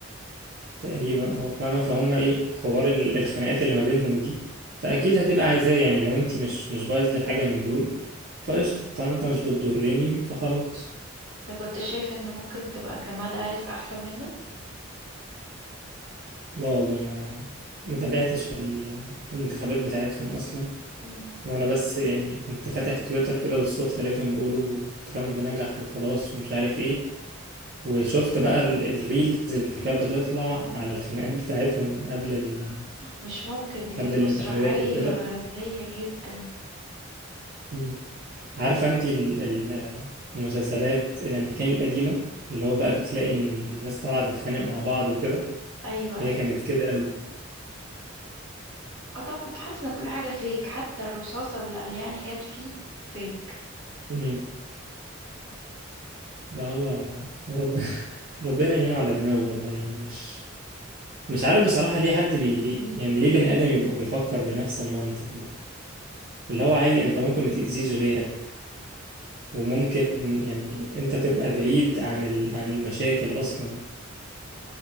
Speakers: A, on the right; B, on the right.
A: تقريبا اه فاهمة فهم ايه حوار ال- الخناقات اللي ما بينهم دي فأكيد هتبقى عايزاه يعني لو انت مش مش بايظ لحاجة من دول فقشطة طالما انت مش بتضرني فخلاص
B: كنت شايف ان ممكن تبقى كمالا هاريس احسن منه
A: لا والله ما ما تابعتش في ال- الانتخابات بتاعتهم أصلا
B: مم.
A: وأنا بس يعني كنت فاتح تويتر كده بالصدفة لقيتهم بيقولوا ترامب نجح وخلاص ومش عارف ايه وشفت بقى ال- الريلز اللي كانت بتطلع على الخناقات بتاعتهم قبل ال...
B: مش ممكن دي كانت
A: قبل الانتخابات
B: مسرحية
A: وكده
B: هزلية جدا
A: مم. عارفة انت ال- ال- المسلسلات الأمريكاني القديمة اللي هو بقى بتلاقي إن الناس طالعة تتخانق مع بعض وكده
B: ايوه
A: هي
B: ايوه
A: كانت كده أوي
B: اه طبعا كنت حاسة ان كل حاجة فيك حتى الرصاصة اللي قلياني جت فيه فيك
A: مم. لا هو هو رب... <laughs> ربنا يعينه على دماغه والله يعني مش مش عارف بصراحة ليه حد بي يعني ليه بني آدم يبقى بيفكر بنفس المنطق ده اللي هو عادي انت ممكن ما تأذيش غيرك وممكن يعني انت تبقى بعيد عن ال... عن المشاكل أصلا